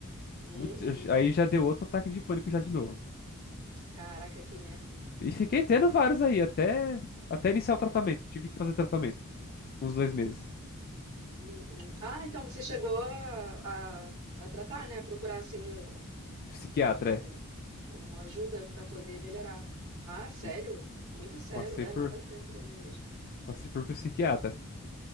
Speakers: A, on the right; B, on the left.
A: Uhum.
B: Muito- aí já deu outro ataque de pânico já de novo.
A: Caraca, que merda.
B: E fiquei tendo
A: Eita.
B: vários aí, até, até iniciar o tratamento. Tive que fazer tratamento, uns dois meses.
A: Uhum. Ah, então você chegou a, a- a tratar, né? Procurar assim o-
B: Psiquiatra,
A: um-
B: é.
A: uma ajuda para poder melhorar. Ah, sério?
B: Isso.
A: Muito sério,
B: Passei
A: é,
B: por
A: não vale a pena beber mesmo.
B: Passei por psiquiatra.